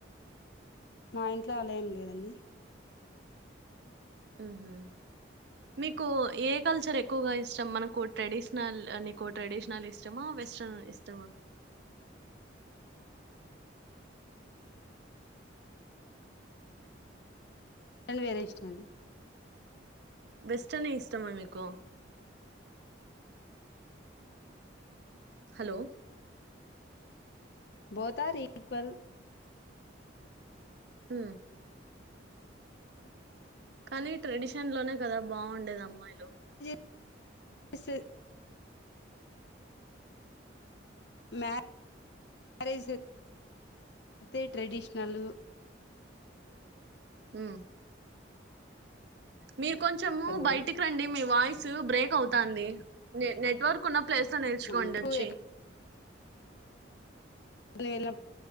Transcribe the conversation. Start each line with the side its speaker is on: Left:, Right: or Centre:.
Left: మా ఇంట్లో ఆల ఏమో లేదండి
Right: ఉహు మీకు ఏ కల్చర్ ఎక్కువగా ఇష్టం మనకు ట్రెడిషనల్ నీకు ట్రెడిషనల్ ఇష్ట మా వెస్టన్ ఇష్టమా
Left: టెన్ వేరే ఇష్టంమండి
Right: వెస్ట్నే ఇష్టమా మీకు హలో
Left: బోత్ ఆర్ ఈక్వల్
Right: హు
Left: అ <inaudible>
Right: కానీ ట్రెడిషన్ లోనే కదా బాగుండేది అమ్మాయిలు
Left: <inaudible> మ్యారేజ్ అయితే ట్రెడిషనల్
Right: హు మీరు కొంచెము
Left: హలో
Right: బయటికి రండి మీ వాయిస్ బ్రేక్ అవుతంది నే నెట్వర్క్ ఉన్న ప్లేస్ లో నిల్చుకోండి
Left: ఇప్పుడు
Right: వచ్చి
Left: లే ల